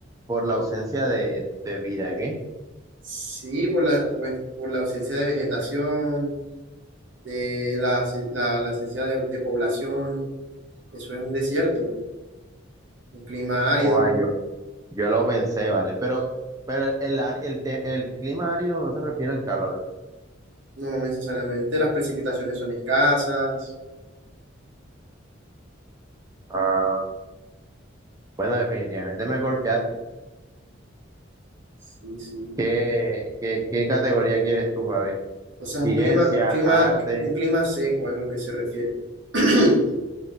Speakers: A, on the right; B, on the right.
A: por la ausencia de, de vida, ¿qué?
B: sí, por la, pues, por la ausencia de vegetación, de la, la, la ausencia de, de población, eso es un desierto, un clima árido,
A: Oh, ah, yo, yo lo pensé, vale. Pero, pero el, ar- el, te- el clima árido no se refiere al calor.
B: No necesariamente, las precipitaciones son escasas.
A: Ah, bueno, definitivamente me corchaste.
B: Sí, sí.
A: ¿Qué, qué, qué categoría quieres tú, Babe?
B: O sea, es
A: Ciencia,
B: un clima, clima,
A: arte,
B: un clima seco es lo que se refiere. <clears throat>